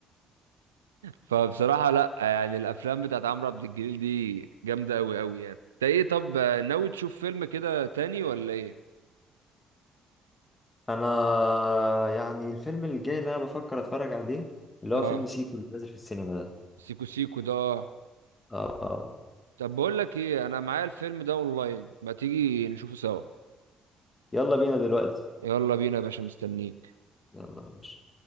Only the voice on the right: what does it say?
فبصراحة لا يعني الافلام بتاعت عمرو عبد الجليل دي جامدة قوي قوي يعني انت ايه طب ناوي تشوف فيلم كده تاني ولا ايه
اه
سيكو سيكو ده آه.
طب بقول لك ايه انا معايا الفيلم ده اونلاين ما تيجي نشوفه سوا
يلا بينا يا باشا مستنيك